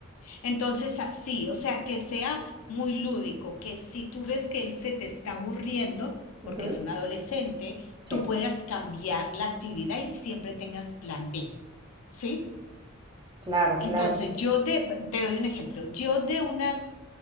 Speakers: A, on the left; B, on the right.
A: Entonces, así, o sea, que sea muy lúdico, que si tú ves que él se te está aburriendo, porque
B: Ujú,
A: es un adolescente,
B: Sí.
A: tú puedas cambiar la actividad y siempre tengas plan B, ¿sí?
B: Claro,
A: Entonces,
B: claro.
A: yo de- te doy un ejemplo. Yo de unas